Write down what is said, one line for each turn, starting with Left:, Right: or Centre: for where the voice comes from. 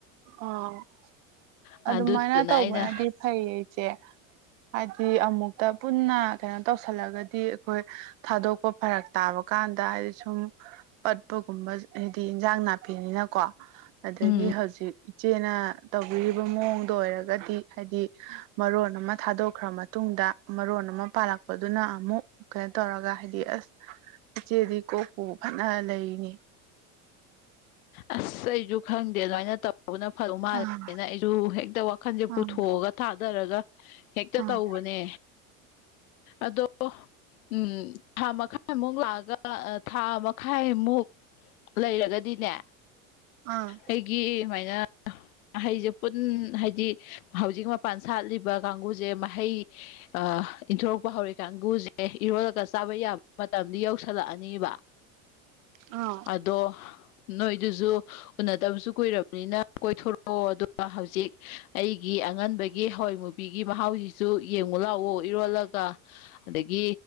Right: ꯑ
Left: ꯑꯗꯨꯗꯨꯅ
Right: ꯑꯗꯨꯃꯥꯏꯅ ꯇꯧꯕꯅꯗꯤ
Left: ꯑꯩꯅ
Right: ꯐꯩꯌꯦ ꯏꯆꯦ ꯍꯥꯏꯗꯤ ꯑꯃꯨꯛꯇ ꯄꯨꯟꯅ ꯀꯩꯅꯣ ꯇꯧꯁꯜꯂꯒꯗꯤ ꯑꯩꯈꯣꯏ ꯊꯥꯗꯣꯛꯄ ꯐꯔꯛ ꯇꯥꯕ ꯀꯥꯟꯗ ꯍꯥꯏꯗꯤ ꯁꯨꯝ ꯄꯠꯄꯒꯨꯝꯕ ꯑꯩꯗꯤ ꯏꯟꯖꯥꯡ ꯅꯥꯄꯤꯅꯤꯅꯀꯣ ꯑꯗꯒꯤ
Left: ꯎꯝ
Right: ꯍꯧꯖꯤꯛ ꯏꯆꯦꯅ ꯇꯧꯕꯤꯔꯤꯕ ꯃꯑꯣꯡꯗ ꯑꯣꯏꯔꯒꯗꯤ ꯍꯥꯏꯗꯤ ꯃꯔꯣꯟ ꯑꯃ ꯊꯥꯗꯣꯛꯈ꯭ꯔ ꯃ ꯃꯇꯨꯡꯗ ꯃꯔꯣꯟ ꯑꯃ ꯄꯥꯜꯂꯛꯄꯗꯨꯅ ꯑꯃꯨꯛ ꯀꯩꯅꯣ ꯇꯧꯔꯒ ꯍꯥꯏꯗꯤ ꯑꯁ ꯏꯆꯦꯗꯤ ꯀꯣꯛꯄꯨ ꯐꯅ ꯂꯩꯅꯦ
Left: ꯑꯁ ꯑꯩꯖꯨ ꯈꯪꯗꯦ ꯑꯗꯨꯃꯥꯏꯅ ꯇꯧ ꯕꯅ ꯐꯗꯧ ꯃꯥꯜꯂꯦꯅ
Right: ꯑꯥ
Left: ꯑꯩꯁꯨ ꯍꯦꯛꯇ ꯋꯥꯈꯜꯖꯦ ꯄꯨꯊꯣꯛꯑꯒ
Right: ꯑꯥ
Left: ꯊꯥꯗꯔꯒ ꯍꯦꯛꯇ
Right: ꯑꯥ
Left: ꯇꯧꯕꯅꯦ ꯑꯗꯣ ꯎꯝ ꯊꯥ ꯃꯈꯥꯏꯃꯨꯛ ꯂꯥꯛꯑꯒ ꯊꯥ ꯃꯈꯥꯏꯃꯨꯛ ꯂꯩꯔꯒꯗꯤꯅꯦ
Right: ꯑꯥ
Left: ꯑꯩꯒꯤ ꯁꯨꯃꯥꯏꯅ ꯑꯍꯩꯖꯦ ꯄꯨꯟ ꯍꯥꯏꯗꯤ ꯍꯧꯖꯤꯛꯃꯛ ꯃꯄꯥꯟꯁꯥꯠꯂꯤꯕ ꯀꯥꯡꯒꯨꯖꯦ ꯃꯍꯩ ꯑ ꯏꯟꯊꯣꯔꯛꯄ ꯍꯧꯔꯤ ꯀꯥꯡꯒꯨꯖꯦ ꯏꯔꯣꯜꯂꯒ ꯆꯥꯕ ꯌꯥꯕ ꯃꯇꯝꯗꯤ ꯌꯧꯁꯜꯂꯛꯑꯅꯤꯕ <inaudible> <unintelligible>
Right: ꯑꯥ
Left: ꯑꯗꯣ ꯅꯣꯏꯗꯨꯖꯨ ꯎꯅꯗꯕꯁꯨ ꯀꯨꯏꯔꯕꯅꯤꯅ ꯀꯣꯏꯊꯣꯔꯛ ꯑꯣ ꯑꯗꯨꯒ ꯍꯧꯖꯤꯛ ꯑꯩꯒꯤ ꯑꯉꯟꯕꯒꯤ ꯍꯋꯥꯏ ꯃꯨꯕꯤꯒꯤ ꯃꯍꯥꯎꯖꯤꯁꯨ ꯌꯦꯡꯉꯨ ꯂꯥꯎꯑꯣ ꯏꯔꯣꯜꯂꯒ ꯑꯗꯒꯤ